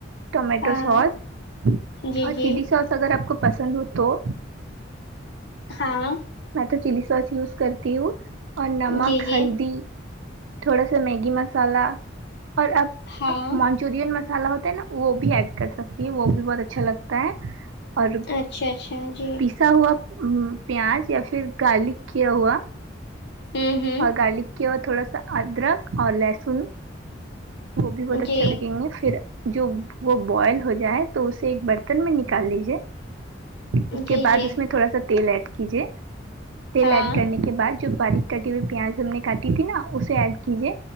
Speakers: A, on the right; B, on the left.
A: ٹمیٹو
B: ہاں
A: سوس
B: جی
A: اور
B: جی
A: چلی سوس اگر آپ کو پسند ہو تو
B: ہاں
A: میں تو چلی سوس یوز کرتی ہوں اور نمک
B: جی جی
A: ہلدی تھوڑا سا میگی مسالہ اور اب
B: ہاں
A: مون چورین مسالا ہوتا ہے نا وہ بھی ایڈ کر سکتی ہیں وہ بھی بہت اچھا لگتا ہے اور
B: اچھا اچھا جی
A: پیسا ہوا پیاز یا پھر گارلک کیا ہوا
B: ہوں ہوں
A: اور گارلک کی ہوا تھوڑا سا ادرک اور لہسن وہ بھی بہت اچھا
B: جی
A: لگیںگے پھر جو وہ بوائل ہو جائے تو اسے ایک برتن میں نکال لیجیے اس کے
B: جی
A: بعد
B: جی
A: اس میں تھوڑا سا تیل ایڈ کیجے تیل
B: ہاں
A: ایڈ کرنے کے بعد جو باریک کٹی ہوئی پیاز ہم نے کاٹی تھی نا اسے ایڈ کیجیے